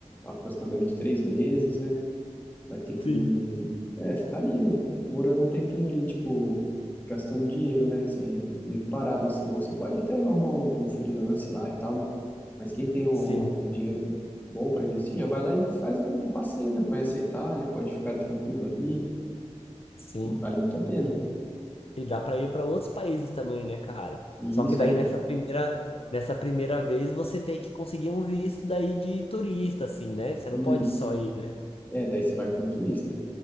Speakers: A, on the left (about 15°); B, on the left (about 55°).
A: a- aproximadamente três meses, né? Vai ter que
B: Sim.
A: é, ficar ali, né? Morando um tempinho ali, tipo, gastando um dinheiro, né? Assim, meio que parado, assim. Ou você pode até arrumar um, um freelance lá e tal, né? Mas quem tem um,
B: Sim,
A: um dinheiro bom para investir, já vai lá e faz um, um passeio, né? Conhece a Itália, pode ficar tranquilo ali
B: sim.
A: e vale muito a pena.
B: E dá para ir para outros países também, né, cara?
A: E
B: Só
A: isso
B: que daí
A: é daí.
B: nessa primeira, nessa primeira vez você tem que conseguir um visto daí de turista, assim, né? Você
A: Isso.
B: não pode só ir, né?
A: É, daí você vai como turista.